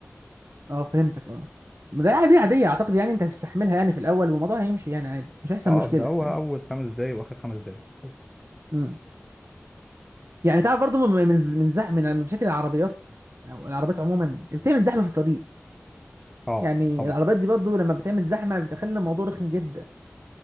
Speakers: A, on the right; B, in the centre.
A: اه فهمتك اه ما ده عادي عادية اعتقد يعني انت هتستحملها يعني في الاول والموضوع هيمشي يعني عادي مش هيحصل
B: اه
A: مشكلة
B: ده هو
A: فاهم
B: اول خمس دقايق واخر خمس دقايق بس
A: امم يعني تعرف برضو من من من زح من من مشاكل العربيات او العربيات عموما بتعمل زحمة في الطريق
B: اه
A: يعني
B: طبعا
A: العربيات دي برضو لما بتعمل زحمة بتخلي الموضوع رخم جدا